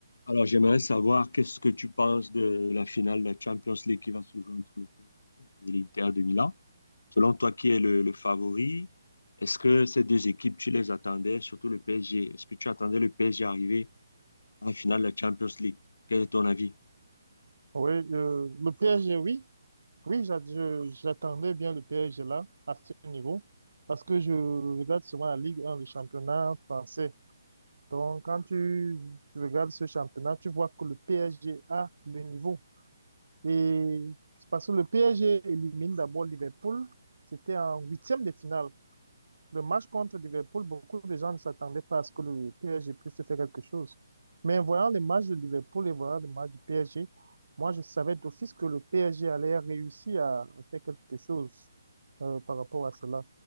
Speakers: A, on the left; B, on the right.
A: Alors, j'aimerais savoir qu'est-ce que tu penses de la finale de la Champions League qui va se jouer entre le PSG et l'Inter de Milan. Selon toi, qui est le, le favori? Est-ce que ces deux équipes, tu les attendais, surtout le PSG? Est-ce que tu attendais le PSG arriver à la finale de la Champions League? Quel est ton avis?
B: Oui, euh, le PSG, oui. Oui, j'a- je- j'attendais bien le PSG là, à ce niveau, parce que je regarde souvent la Ligue 1, le championnat français. Donc, quand tu, tu regardes ce championnat, tu vois que le PSG a le niveau. Et c'est parce que le PSG élimine d'abord Liverpool, c'était en huitième de finale. Le match contre Liverpool, beaucoup de gens ne s'attendaient pas à ce que le PSG puisse faire quelque chose. Mais en voyant les matchs de Liverpool et voyant les matchs du PSG, moi, je savais d'office que le PSG allait réussir à à faire quelque chose euh, par rapport à cela.